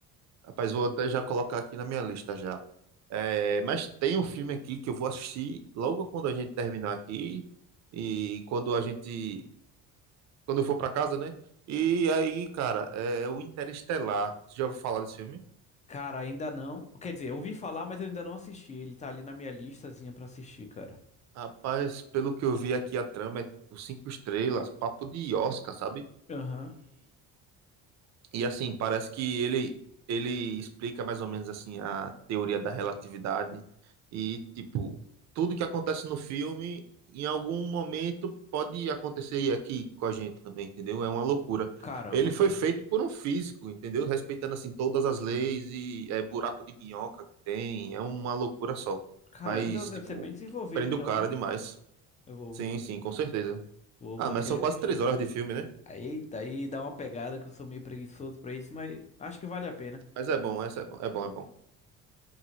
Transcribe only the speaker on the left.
Cara, ainda não. Quer dizer, eu ouvi falar, mas eu ainda não assisti. Ele tá ali na minha listazinha pra assistir, cara.
Aham.
Caramba,
caramba.
Caramba,
então deve
ser bem desenvolvido,
então,
né?
Eu vou,
vou,
vou,
vou
querer
assistir.
Aí, aí dá uma pegada que eu sou meio preguiçoso pra isso, mas acho que vale a pena.